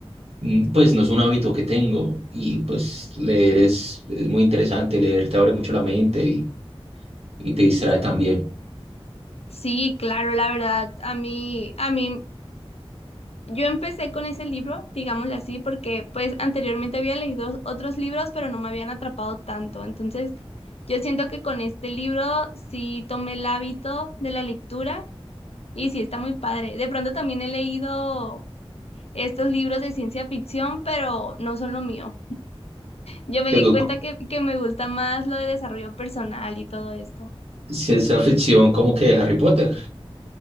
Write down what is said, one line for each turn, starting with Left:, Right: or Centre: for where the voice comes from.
Right: mm, pues no es un hábito que tengo y pues leer es, es muy interesante, leer te abre mucho la mente y, y te distrae también.
Left: Sí, claro, la verdad, a mí, a mí Yo empecé con ese libro, digámoslo así, porque pues anteriormente había leído otros libros, pero no me habían atrapado tanto. Entonces, yo siento que con este libro sí tomé el hábito de la lectura y sí está muy padre. De pronto también he leído estos libros de ciencia ficción, pero no son lo mío. Yo me
Right: Tengo
Left: di cuenta
Right: co-
Left: que, que me gusta más lo de desarrollo personal y todo esto.
Right: ciencia ficción como que de Harry Potter.